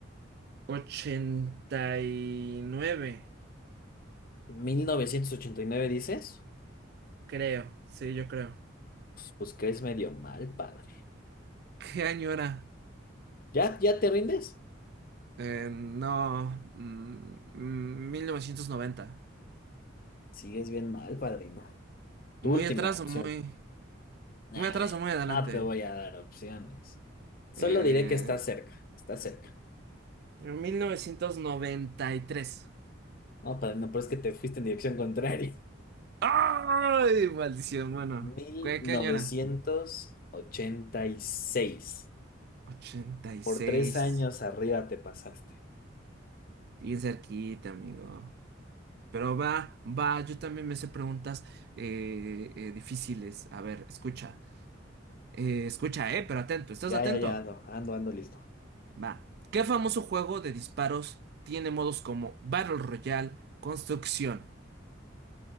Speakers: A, on the right; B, on the left.
A: ochenta y nueve,
B: ¿1989 dices?
A: creo. Sí, yo creo.
B: Pues crees medio mal, padre.
A: ¿Qué año era?
B: ¿Ya, ya te rindes?
A: Eh, no. mm, mm, mil novecientos noventa.
B: Sigues bien mal, padrino. Tu
A: Muy
B: última
A: atrás
B: opción.
A: o muy...
B: Nah,
A: Muy atrás
B: eh,
A: o muy adelante.
B: no te voy a dar opciones. Solo
A: Eh,
B: diré que está cerca, está cerca.
A: 1993.
B: No, padrino, pero es que te fuiste en dirección contraria.
A: ¡Ay! Maldición, bueno.
B: Mil
A: ¿Qué,
B: novecientos
A: qué año era?
B: ochenta y seis.
A: ochenta y
B: Por
A: seis
B: tres años arriba te pasaste.
A: Bien cerquita, amigo. Pero va, va, yo también me sé preguntas eh, eh, difíciles. A ver, escucha. Eh, escucha, eh, pero atento, ¿estás
B: Ya,
A: atento?
B: ya, ya ando, ando, ando listo.
A: Va. ¿Qué famoso juego de disparos tiene modos como Battle Royale, Construcción?